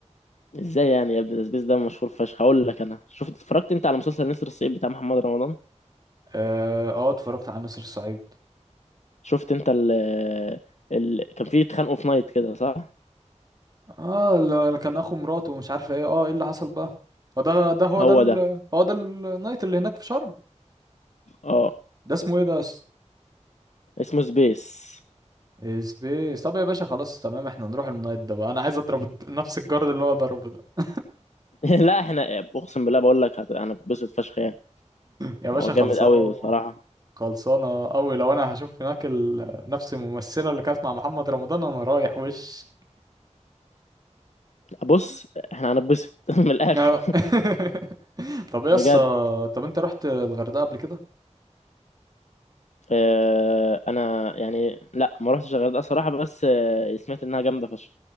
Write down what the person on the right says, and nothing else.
اه آه، اتفرجت على نسر الصعيد
اه اللي كان اخو مراته ومش عارف ايه اه ايه اللي حصل بقى هو ده ده هو
ده ال...
هو ده النايت اللي هناك في شرم
ده اسمه ايه ده
سبيس طب يا باشا خلاص تمام احنا نروح النايت ده بقى انا عايز اضرب الد- نفس الجارد اللي هو ضربه ده
يا باشا
خلصانه
خلصانه قوي لو انا هشوف هناك ال... نفس الممثله اللي كانت مع محمد رمضان انا رايح وش
آه. <laughs> طب يا
اسطى طب انت رحت الغردقه قبل كده